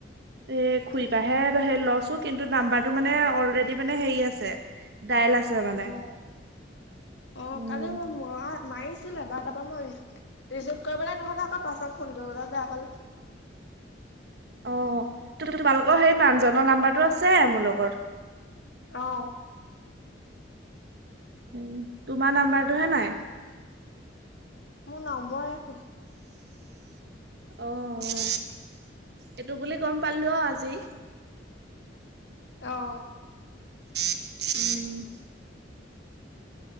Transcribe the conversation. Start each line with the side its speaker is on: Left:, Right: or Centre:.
Right: এ খুৰিপা হে লৈছো কিন্তু নাম্বাৰটো মানে অলৰেডি মানে হেৰি আছে ডাইল আছে মানে।
Left: অ অ
Right: উম।
Left: কালি মই ম মাৰি দিলো এবাৰ তাপা মই ৰিচিভ কৰিবলে নহ'লে আকৌ পাছত ফোন কৰিবলেও বেয়া পালোঁ।
Right: অ ত তোমালোকৰ হেৰি মানুহজনৰ নাম্বাৰটো আছে মোৰ লগত।
Left: অহ।
Right: সেই তোমাৰ নাম্বাৰটোহে নাই।
Left: মোৰ নম্বৰ এইটো।
Right: অহ-অহ এইটো বুলি গম পালো আজি।
Left: অ'হ
Right: উম <unintelligible>